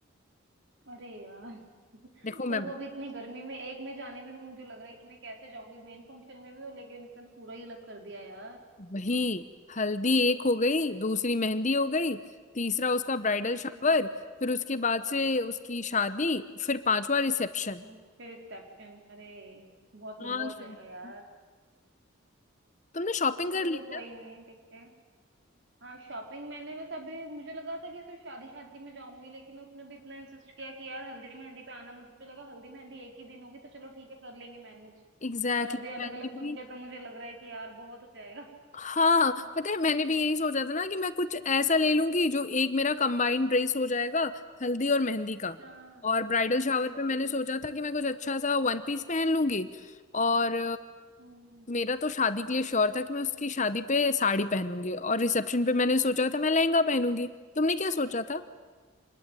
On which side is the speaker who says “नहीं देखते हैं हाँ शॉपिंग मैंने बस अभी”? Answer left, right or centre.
Right